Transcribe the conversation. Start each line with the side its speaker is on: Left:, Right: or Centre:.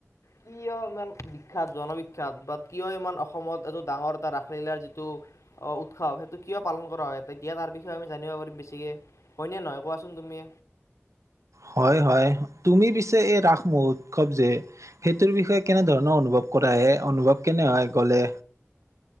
Left: কিয় ইমান বিখ্যাত জন বিখ্যাত বা কিয় ইমান অসমত এটো ডাঙৰ এটা ৰাসলীলাৰ যিটো। অ উৎসৱ সেইটো কিয় পালন কৰা হয়। তেতিয়া তাৰ বিষয়ে আমি জানিব পাৰিম বেছিকে হয়ন নহয় কোৱাচোন তুমি।
Right: হয় হয় তুমি পিছে এই ৰাস মহোৎসৱ যে সেইটোৰ বিষয়ে কেনেধৰণৰ অনুভৱ কৰা হে, অনুভৱ কেনে হয় গ'লে?